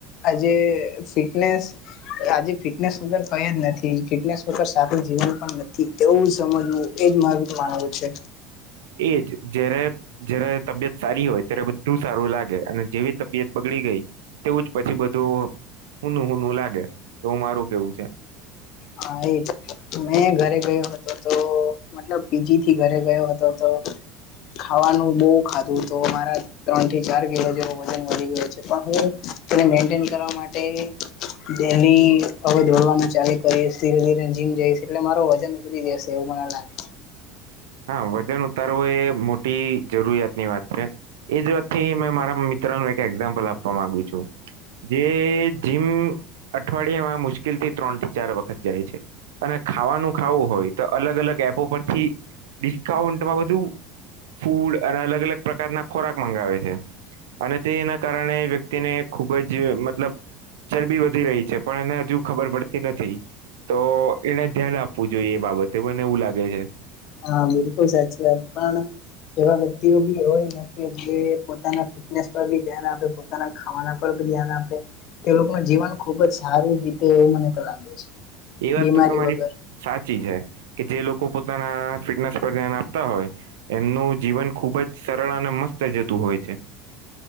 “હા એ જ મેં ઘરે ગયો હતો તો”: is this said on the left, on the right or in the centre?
Left